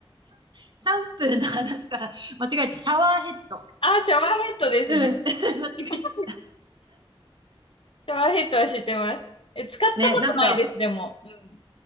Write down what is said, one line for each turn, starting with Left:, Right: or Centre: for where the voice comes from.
Right: シャンプーの話から間違えて、シャワーヘッド。
Left: あ、シャワーヘッドですね。
Right: うん、<laughs> 間違えちゃっ
Left: <laughs> シャワーヘッドは知ってます。え、使ったことないです、
Right: た。ね、なんか、
Left: でも。うん。